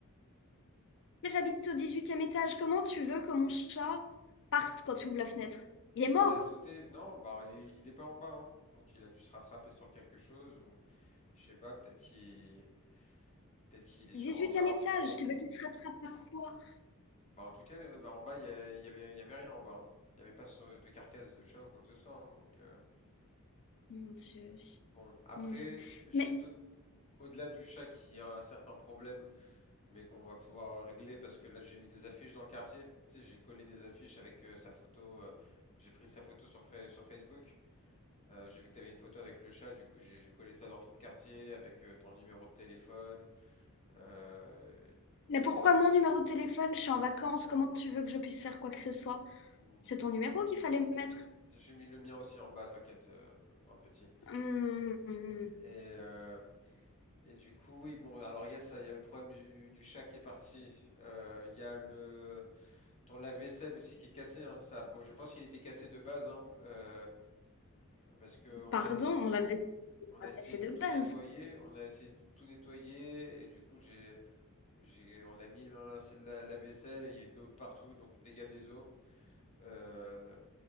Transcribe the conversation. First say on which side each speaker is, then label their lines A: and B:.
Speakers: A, on the left; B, on the left.
A: mais j'habite au dix-huitième étage. Comment tu veux que mon chat parte quand tu ouvres la fenêtre? Il est mort.
B: Bah, il a sauté. Non, bah, il est, il est pas en bas, hein. Donc, il a dû se rattraper sur quelque chose ou je sais pas. Peut-être qu'il, peut-être qu'il est sur
A: Dix-huitième
B: un arbre
A: étage,
B: ou quoi.
A: tu veux qu'il se rattrape à quoi?
B: Bah, en tout cas, euh, bah, en bas, il y, a- il y avait, il y avait rien en bas. hein. Il n'y avait pas ce- de carcasse de chat ou quoi que ce soit. hein. Donc, euh,
A: Mon Dieu,
B: bon, après,
A: mon Dieu.
B: j'ai
A: Mais,
B: d'autres Au-delà du chat qui a un certain problème, mais qu'on va pouvoir régler parce que là j'ai mis des affiches dans le quartier. Tu sais, j'ai collé des affiches avec euh, sa photo. euh, j'ai pris sa photo sur, Fa- sur Facebook. Euh, j'ai vu que tu avais une photo avec le chat. Du coup, j'ai j'ai collé ça dans tout le quartier avec euh, ton numéro de téléphone. Euh, du coup,
A: mais pourquoi
B: ça.
A: mon numéro de téléphone? Je suis en vacances. Comment tu veux que je puisse faire quoi que ce soit?
B: Mm,
A: C'est ton numéro qu'il fallait mettre.
B: J'ai mis le mien aussi en bas, t'inquiète, euh, en petit.
A: Hum, hum.
B: Et, euh, et du coup, oui, bon, alors il y a ça, il y a le problème du, du chat qui est parti. Euh, Il y a le Ton lave-vaisselle aussi qui est cassé, hein, ça, bon, je pense qu'il était cassé de base, hein, euh, parce que on
A: pardon,
B: a essayé,
A: on l'avait
B: on
A: pas
B: a essayé
A: passé
B: de
A: de
B: tout
A: base.
B: nettoyer, on a essayé de tout nettoyer, et du coup j'ai, j'ai, on a mis dans la, c'est de la, la vaisselle, il y a eu de l'eau de partout, donc dégâts des eaux. Euh,